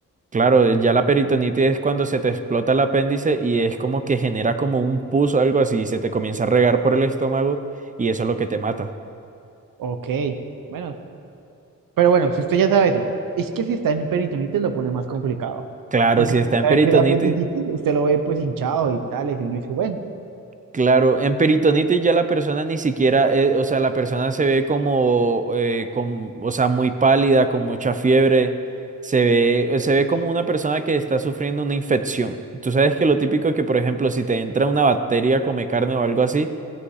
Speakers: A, on the right (about 25°); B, on the right (about 80°).
A: Claro, eh, ya la peritonitis es cuando se te explota el apéndice y es como que genera como un pus o algo así, y se te comienza a regar por el estómago y eso es lo que te mata.
B: Ok, bueno, pero bueno, si usted ya sabe eso, es que si está en peritonitis lo pone más complicado,
A: Claro,
B: porque
A: si
B: si
A: está
B: usted
A: en
B: sabe
A: peritonitis,
B: que es apendicitis, usted lo ve pues hinchado y tales, y uno dice, bueno,
A: claro, en peritonitis ya la persona ni siquiera, eh, o sea, la persona se ve como, eh, com- o sea, muy pálida, con mucha fiebre, se ve, eh, se ve como una persona que está sufriendo una infección. Tú sabes que lo típico es que, por ejemplo, si te entra una bacteria, come carne o algo así,